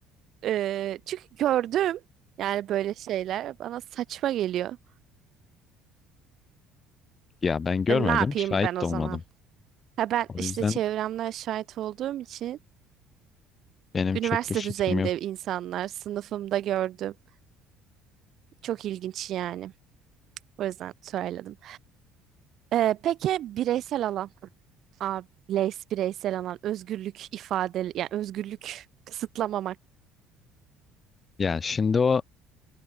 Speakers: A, on the right; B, on the left.
A: Ee, çünkü gördüm yani böyle şeyler bana saçma geliyor.
B: ya ben görmedim,
A: E, ne yapayım
B: şahit
A: ben o
B: de olmadım.
A: zaman? Ha ben
B: O
A: işte
B: yüzden
A: çevremden şahit olduğum için
B: benim
A: Üniversite
B: çok bir fikrim
A: düzeyinde
B: yok.
A: insanlar sınıfımda gördüm. Çok ilginç yani. O yüzden söyledim. Ee, peki bireysel alan. Aa, bireys- bireysel alan. Özgürlük ifade. Yani özgürlük kısıtlamamak.
B: Ya şimdi o